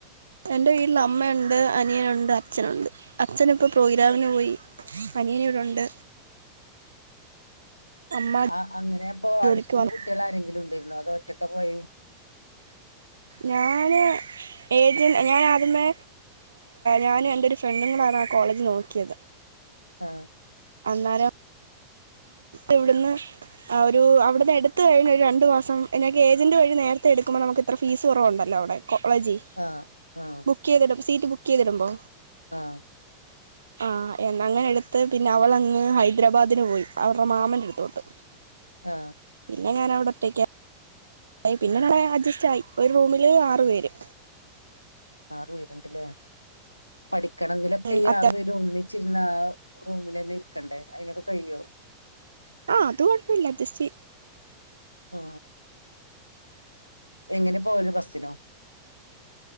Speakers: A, on the right; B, on the left.
A: എന്റെ വീട്ടിൽ അമ്മയുണ്ട് അനിയനുണ്ട് അച്ഛനുണ്ട് അച്ഛൻ ഇപ്പോ പ്രോഗ്രാമി ന് പോയി അ നിയനു ഇവിടുണ്ട് അമ്മ
B: ആ അങ്ങനെ അ പ്പൊ
A: ജോലിക്ക്
B: അടുത്തി
A: പോവാ
B: ന്ന് കുട്ടികൾ ആരെങ്കിലും ഉണ്ടര് ന്നോ അതോ ഒറ്റക്കാ പോയെ
A: ഞാന് ഏജൻ ഞാനാദ്യമേ ഞാനും എന്റെ രു ഫ്രണ്ട് കുടേ ണ് ആ കോളേജ് നോക്കിയത്
B: ആ
A: അന്നേരം
B: <inaudible>
A: ഇവിടുന്ന് ആ ഒരു അവിടുന്ന് എടുത്തു കഴിഞ് ഒരു രണ്ട് മാസം എക്ക് ഏജന്റ് വഴി നേരത്തെ എടുക്കുമ്പോ നമുക്ക് <unintelligible> ഫീസ് കുറവുണ്ടല്ലോ അവിടെ കോളേജി
B: ആഹ് ആഹ്
A: ബുക്ക് ചെയ് സീറ്റ് ബുക്ക് ചെയ്തിടുമ്പോ
B: ആഹ്
A: ആ എന്നങ്ങനെ എടുത്ത് പിന്നെ അവളങ്ങ് ഹൈദരാബാദിന് പോയി അവർ എ മാമൻ്റെ അടുത്തോട്ട്
B: ആ
A: <unintelligible> ഞാൻ അവിടെയോറ്റക്ക <unintelligible> പിന്നെ
B: ആഹ്
A: നമ്മെ അഡ്ജസ്റ്റ് ആയി ഒരു റൂമില് ആറുപേര്
B: <unintelligible> പഠിക്കണെങ്കിലൊക്കെ
A: ഉം
B: ഈ
A: അത്ത
B: ആറു പേര ഒന്നി ച്ചിരൂന്ന ആ റൂമിൽ തന്നെ ഇരിക്കണ്ടേ അതിനൊക്കെ കഴിയോ
A: ആഹ് അത് ഒഴപ്പില്ല അ ജസ്റ്റി
B: ആ എങ്ങനെ പോല ബസിനോ